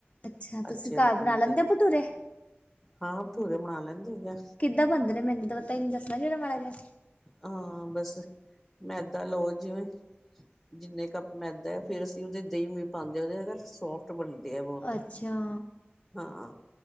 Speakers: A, on the left (about 30°); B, in the centre.
A: ਅੱਛਾ
B: ਅੱਛੇ
A: ਤੁਸੀਂ ਘਰ
B: ਬਣਦੇ
A: ਬਣਾ ਲੈਂਦੇ ਭਟੂਰੇ
B: ਹਾਂ ਭਠੂਰੇ ਬਣਾ ਲੈਂਦੇ ਹੈਗੇ।
A: ਕਿੱਦਾਂ ਬੰਦੇ ਨੇ ਮੈਨੂੰ ਤਾਂ ਪਤਾਨੂੰ ਦੱਸਣਾ ਜ ਉਹੜ ਮਾੜਾ ਜਿਹਾ
B: ਹਾਂ ਬਸ ਮੈਦਾ ਲਓ ਜਿਵੇਂ ਜਿੰਨੇ ਕੱਪ ਮੈਦਾ ਹੈ ਫੇਰ ਅਸੀਂ ਉਹਦੇ ਦਹੀਂ ਵੀ ਪਾਉਂਦੇ ਉਹਦੇ ਸੋਫਟ ਬਣਦੇ। ਬਹੁਤ
A: ਅੱਛਾ
B: ਹਾਂ